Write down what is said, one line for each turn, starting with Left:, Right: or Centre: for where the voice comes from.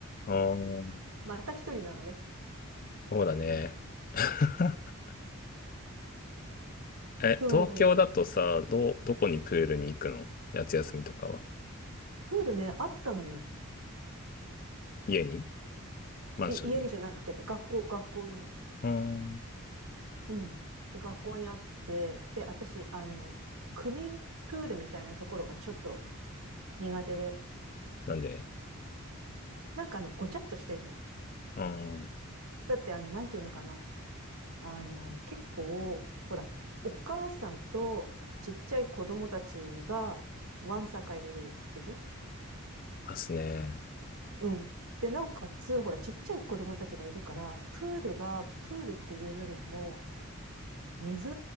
Left: ああ、そ
Right: また一人なのね。
Left: うだね。<laughs> え、
Right: そう。
Left: 東京だとさ、ど、どこにプールに行くの夏休みとかは。
Right: プールね、あったのよ。
Left: 家にマンションに
Right: い、家にじゃなくて、学校、学校に。
Left: うーん。
Right: うん。で、学校にあって、で、私、あの、区民プールみたいなところがちょっと苦手で、
Left: なんで
Right: なんかあの、ごちゃっとしてるの。
Left: うーん。
Right: だって、あの、なんていうのかな。あの、結構、ほら、お母さんとちっちゃい子供たちが、わんさかいるでしょ
Left: ますね。
Right: うん。で、なおかつ、ほら、ちっちゃい子供たちがいるから、プールが、プールっていうよりも、水